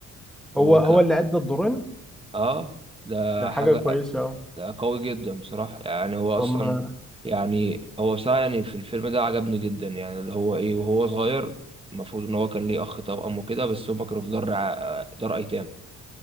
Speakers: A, on the right; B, in the centre.
A: هو
B: هو هو
A: ك
B: اللي ادى الدورين
A: اه ده
B: ده حاجه
A: حاجة
B: كويسه اه
A: ده قوي جدا بصراحة يعني هو
B: طب
A: أصلا
B: ما-
A: يعني هو بصراحة يعني في الفيلم ده عجبني جدا يعني اللي هو إيه وهو صغير المفروض إن هو كان ليه أخ توأم وكده بس هما كانوا في دار ع- دار أيتام